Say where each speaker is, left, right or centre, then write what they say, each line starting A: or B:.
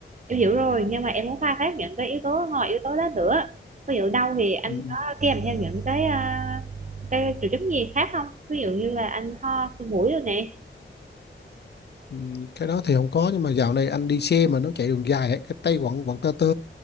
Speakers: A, on the right; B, on the left.
A: em hiểu rồi nhưng mà em muốn khai thác những cái yếu tố ngoài yếu tố đó nữa ví dụ đâu thì anh
B: Ừ.
A: có kèm theo những cái à, cái triệu chứng gì khác không ví dụ như là anh ho sổ mũi rồi nè
B: Ừ. cái đó thì không có nhưng mà dạo này anh đi xe mà nó chạy đường dài ấy, cái tay quặn quặn tơ tơ